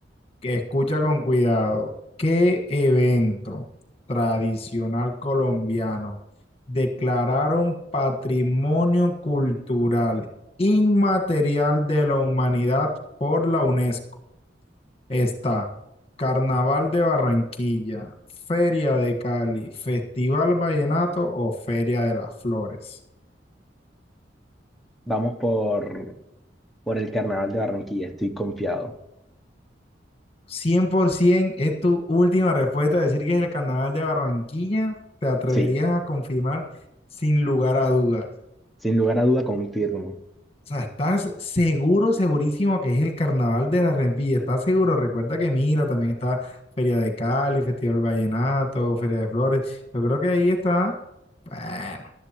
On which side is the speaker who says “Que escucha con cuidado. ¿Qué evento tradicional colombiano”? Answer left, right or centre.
Left